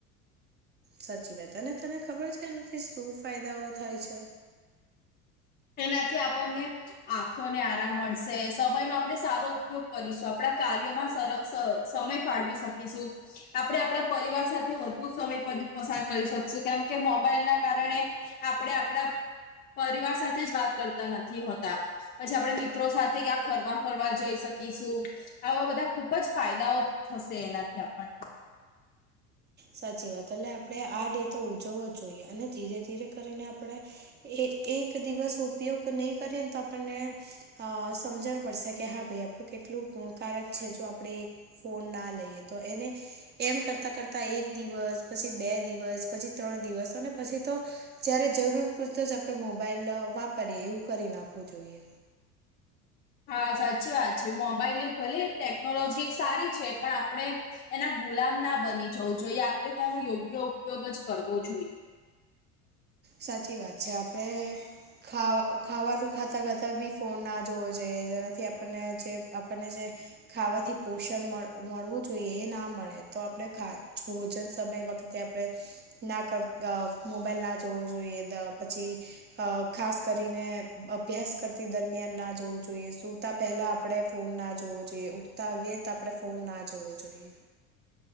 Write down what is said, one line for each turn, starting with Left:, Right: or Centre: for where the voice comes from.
Right: સાચી વાત અને તને ખબર છે, એનાથી શું ફાયદાઓ થાય છે?
Left: એનાથી આપણને આંખોને આરામ મળશે, સમયનો આપણે સારો ઉપયોગ કરીશું આપણા કાર્યોમાં સર સ-સમય ફાળવી શકીશુ આપણે આપણા પરિવાર સાથે વધુ સમય પર-પસાર કરી શકશું કેમ કે મોબાઈલ ના કારણે આપણે આપડા પરિવાર સાથે જ વાત કરતા નથી હોતા. પછી આપણે મિત્રો સાથે ક્યાં હરવા-ફરવા જઈ શકીશું. આવા બધા ખુબ જ ફાયદાઓ થશે એનાથી આપણને.
Right: સાચી વાત એટલે આપણે આ ડે ઉજવો જોઈએ અને ધીરે ધીરે કરીને આપડે એ એક દિવસ ઉપયોગ નહીં કરીએ ને તો આપણને અ સમજણ પડશે કે હા ભાઈ આપણું કેટલું ગુણકારક છે જો આપણે એક ફોન ના લઈએ તો એને એમ કરતાં કરતા એક દિવસ, પછી બે દિવસ, પછી ત્રણ દિવસ અને પછી તો જયારે જરૂર પૂરતો જ આપણે મોબાઈલ વાપરીએ એવું કરી નાખવું જોઈએ.
Left: હા, સાચી વાત છે, મોબાઈલ ભલે ટેકનોલોજી એક સારી છે પણ આપડે એના ગુલામ ના બની જવું જોઈએ આપણે તેનો યોગ્ય ઉપયોગ જ કરવો જોઈએ.
Right: સાચી વાત છે આપડે ખા-ખાવાનું ખાતા ખાતાં બી ફોન ના જોવો જોઈએ જેનાથી આપણને જે આપણને જે ખાવાથી પોષણ મળ-મળવું જોઈએ એ ના મળે, તો આપણે ખા-ભોજન સમય વ ખતે આપણે ના કર મોબાઈલ ના જોવો જોઈએ નેતો પછી અ ખાસ કરીને અભ્યાસ કરતી દરમિયાન ના જોવું જોઈએ, સુુંતા પેલા આપડે ફોન ના જોવો જોઈએ ઉઠતા આવીયે તો આપણે ફોન ના જોવો જોઈએ.